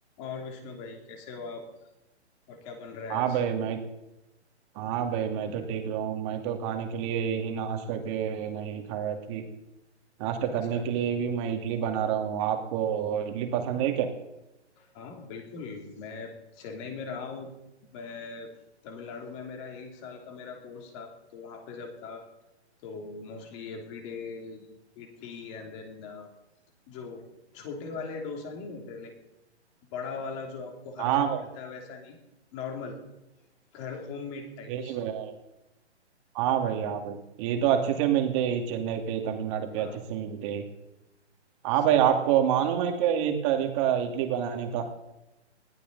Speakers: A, on the left; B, on the right.
A: और विष्णु भाई कैसे हो आप और क्या बन रहा है
B: हाँ
A: आज
B: भाई मैं हाँ भाई मैं तो ठीक रहा हूँ मैं तो खाने के लिए यही नाश्ता के नहीं खाया कि नाश्ता करने
A: अच्छा
B: के लिए भी मैं इडली बना रहा हूँ आपको इडली पसंद है क्या
A: हाँ बिल्कुल मैं चेन्नई में रहा हूँ मैं तमिलनाडु में मेरा एक साल का मेरा कोर्स था तो वहाँ पे जब था तो mostly everyday idli and then जो छोटे वाले डोसा नहीं होते लाइक बड़ा वाला जो आपको हर
B: हाँ
A: जगह
B: भाई
A: मिलता है वैसा नहीं नॉर्मल घर होममेड टाइप्स
B: यही भाई हाँ भाई हाँ भाई ये तो अच्छे से मिलते हैं ये चेन्नई पे तमिलनाडु पे
A: हाँ
B: अच्छे से मिलते हैं हाँ
A: सही
B: भाई आपको मालूम है क्या ये तरीका इडली बनाने का